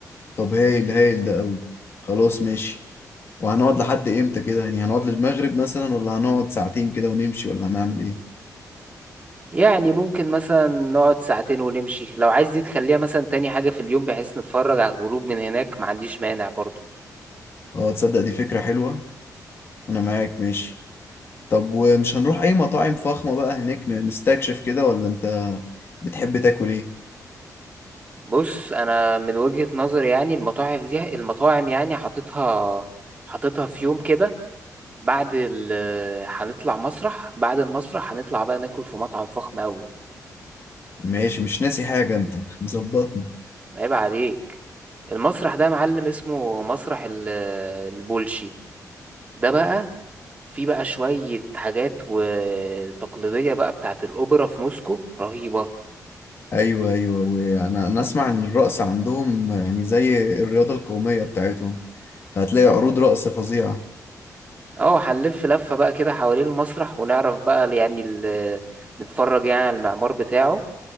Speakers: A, on the left; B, on the right.
A: طب هايل هايل ده قوي خلاص ماشي وهنقعد لحد إمتى كده يعني هنقعد للمغرب مثلا ولا هنقعد ساعتين كده ونمشي ولا هنعمل إيه؟
B: يعني ممكن مثلا نقعد ساعتين ونمشي لو عايز دي تخليها مثلا تاني حاجة في اليوم بحيث نتفرج على الغروب من هناك ما عنديش مانع برضو
A: اه تصدق دي فكرة حلوة أنا معاك ماشي طب ومش هنروح أي مطاعم فخمة بقى هناك ن- نستكشف كده ولا أنت بتحب تاكل إيه؟
B: بص أنا من وجهة نظري يعني المطاعم دي المطاعم يعني حاططها حاططها في يوم كده بعد ال هنطلع مسرح بعد المسرح هنطلع بقى ناكل في مطعم فخم أوي
A: ماشي مش ناسي حاجة أنت <laughs> مظبطني
B: عيب عليك المسرح ده يا معلم اسمه مسرح ال- البولشي ده بقى في بقى شوية حاجات وتقليدية بقى بتاعة الأوبرا في موسكو رهيبة
A: ايوه ايوه وانا انا اسمع ان الرقص عندهم يعني زي الرياضه القوميه بتاعتهم فهتلاقي عروض رقص فظيعه
B: اه هنلف لفة بقى كده حوالين المسرح ونعرف بقى ال- يعني ال- نتفرج يعني على المعمار بتاعه